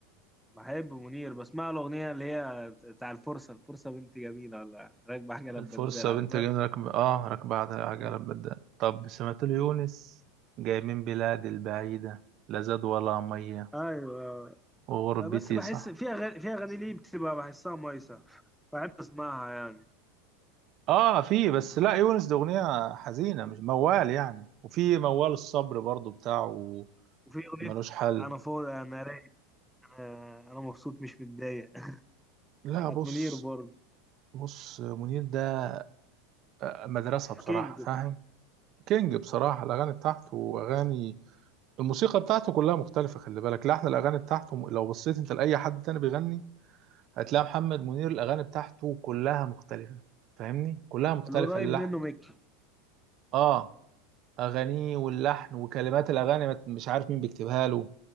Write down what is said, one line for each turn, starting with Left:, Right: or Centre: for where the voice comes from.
Centre: بحب منير بسمع له اغنيه اللي هي بتاع الفرصه الفرصه بنت جميله ولا راكبه حاجه
Right: الفرصه
Centre: لبدال عارفها
Right: بنت جميله ركب اه ركب بعدها عجله
Centre: <laughs>
Right: بدأ طب سمعت ليونس جاي من بلاد البعيده لا زاد ولا ميه
Centre: ايوه
Right: وغربتي
Centre: بس بحس
Right: صح
Centre: في اغاني في اغاني ليه بتبقى بحسها مايسه بحب اسمعها يعني
Right: اه في بس لا يونس ده اغنيه حزينه مش موال يعني وفي موال الصبر برضو بتاعه
Centre: وفي اغنيه
Right: ملوش حل
Centre: انا فاضي انا رايق انا انا مبسوط مش متضايق <laughs>
Right: لا
Centre: بتاعت
Right: بص
Centre: منير برضه
Right: بص منير ده آه، مدرسه بصراحه
Centre: كينج فعلا
Right: فاهم كينج بصراحه الاغاني بتاعته واغاني الموسيقى بتاعته كلها مختلفه خلي بالك لحن الاغاني بتاعته لو بصيت انت لاي حد تاني بيغني هتلاقي محمد منير الاغاني بتاعته كلها مختلفه فاهمني كلها مختلفه
Centre: القريب
Right: اللحن
Centre: منه ميكي
Right: اه اغانيه واللحن وكلمات الاغاني مت- مش عارف مين بيكتبها له